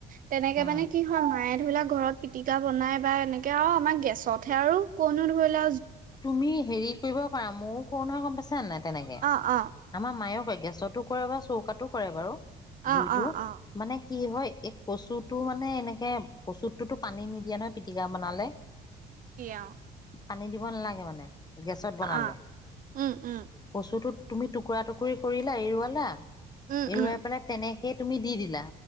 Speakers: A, on the right (about 55°); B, on the left (about 25°).
A: তেনেকে
B: উম
A: মানে কি হয় মায়ে। ধৰিলাক ঘৰত পিটিকা বনাই বা এনেকে আৰু আমাৰ গেছত হে আৰু কনো ধৰিলা।
B: তুমি হেৰি কৰিব পাৰা ময়ো কৰো নহয় গম পাইছা নাই। তেনেকে
A: অ অ
B: আমাৰ মায়েও‌ কৰিব পাৰে। গেছতো কৰে বা চৌকাতো কৰে বাৰু। জুইটো
A: অ অ অ
B: মানে। কি হয়, এই কচুটো মানে এনেকে কচুটোতো পানী নিদিয়া নহয় পিটিকা বনালে।
A: তিয়াও।
B: পানী দিব। দিব নালাগে মানে। গেছত বনালে
A: অ উম উম
B: কচুটোত। তুমি টুকুৰা টুকুৰি কৰিলা এৰুৱালা।
A: উম
B: এৰোৱাই
A: উম
B: পেলাই তেনেকে। সেই তুমি দি দিলা